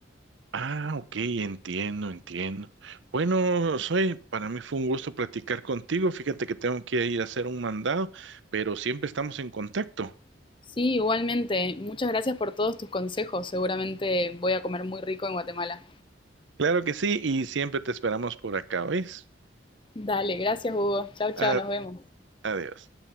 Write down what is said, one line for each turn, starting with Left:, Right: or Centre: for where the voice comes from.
Right: Ah, ok, entiendo, entiendo. Bueno, soy, para mí fue un gusto platicar contigo. Fíjate que tengo que ir a hacer un mandado, pero siempre estamos en contacto.
Left: Sí, igualmente. Muchas gracias por todos tus consejos. Seguramente voy a comer muy rico en Guatemala.
Right: Claro que sí, y siempre te esperamos por acá, ¿ves?
Left: Dale, gracias Hugo. Chau, chau,
Right: A-
Left: nos vemos.
Right: adiós.